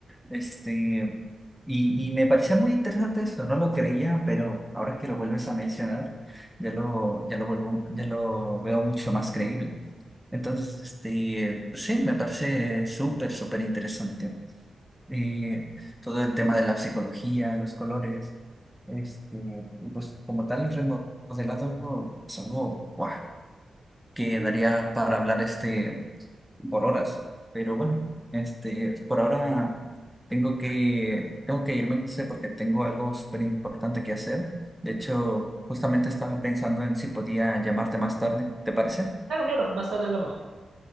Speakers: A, in the centre; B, on the right.
A: Este, y, y me parecía muy interesante eso, no lo creía, pero ahora que lo vuelves a mencionar, ya lo, ya lo vuelvo, ya lo veo mucho más creíble. Entonces, este, pues sí, me parece súper, súper interesante eh, todo el tema de la psicología, los colores, este, y pues como tal el remodelado es algo ¡guau! que daría para hablar este por horas. Pero bueno, este, por ahora tengo que, tengo que irme, José, porque tengo algo súper importante que hacer. De hecho, justamente estaba pensando en si podía llamarte más tarde. ¿Te parece?
B: Claro, claro, más tarde hablamos.